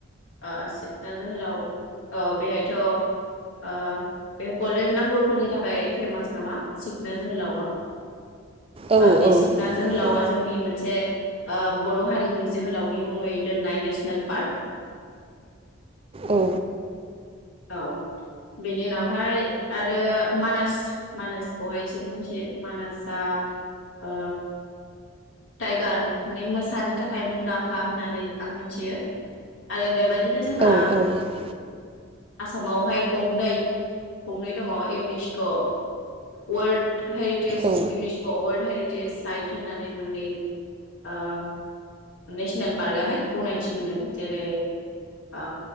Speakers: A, on the left (about 65°); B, on the right (about 25°).
A: ओ सिखना जोहोलाव ओ बेहायथ ओ बे गल्डेन लांगुरफोरनि थाखाय फेमास नामा सिखना जोहोलाव
B: औ
A: बि
B: औ
A: सिखना जोहोलावा
B: औ
A: जोंनि मोनसे बर हारिनि जोहोलावनि मुङै दोननाय नेसनेल पार्क।
B: औ।
A: औ बेनि उनावहाय आरो मानास मानासखौहायसो मिथियो मानासआ ओ टाइगार माने मोसानि थाखाय मुंदांखा होननानै आं मिथियो आरो बे। बेबायदिनो जोंना।
B: औ
A: आसामावहाय गंनै गंनै दङ इउनिस्क वर्ड। हेरिटेज
B: औ
A: इउनिसखौ वरड हेरिटेज साइट होननानै नै ओ नेसनेल पार्कआहाय गनायथि मोनदों जेरै ओ